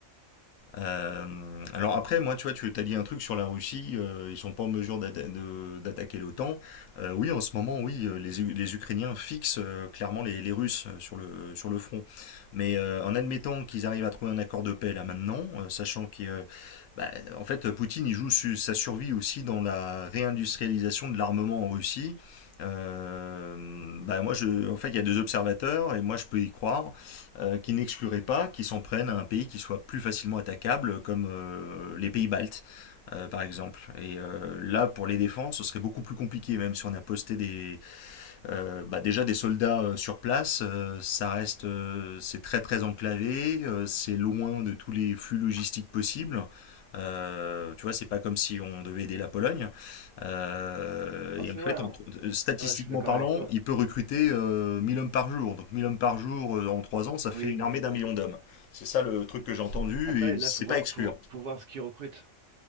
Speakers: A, on the left; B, on the right.
A: Euh, alors après, moi, tu vois, tu as dit un truc sur la Russie, euh, ils sont pas en mesure d'atta- de- d'attaquer l'OTAN. Euh, oui, en ce moment, oui, euh, les, U- les Ukrainiens fixent euh, clairement les, les Russes euh, sur le, sur le front. Mais euh, en admettant qu'ils arrivent à trouver un accord de paix là maintenant, euh, sachant qu'il, euh, bah, en fait, Poutine, il joue su- sa survie aussi dans la réindustrialisation de l'armement en Russie. Euh, bah moi, je, en fait, il y a deux observateurs et moi, je peux y croire euh, qui n'exclurait pas qu'ils s'en prennent à un pays qui soit plus facilement attaquable, comme euh, les pays baltes, euh, par exemple. Et euh, là, pour les défendre, ce serait beaucoup plus compliqué, même si on a posté des, euh, bah, déjà des soldats euh, sur place. euh, ça reste, euh, c'est très très enclavé, euh, c'est loin de tous les flux logistiques possibles. Euh, tu vois, c'est pas comme si on devait aider la Pologne. Euh,
B: Non,
A: et
B: c'est
A: en fait,
B: vrai, hein.
A: en- statistiquement
B: Ouais, je suis d'accord
A: parlant,
B: avec toi.
A: il peut recruter euh, 1000 hommes par jour. Donc 1000 hommes par jour euh, en 3 ans, ça
B: Oui,
A: fait une
B: mais
A: armée d'un million d'hommes. C'est ça le truc que j'ai entendu
B: après,
A: et
B: là,
A: c'est
B: faut voir,
A: pas excluant.
B: faut, faut voir ce qu'ils recrutent.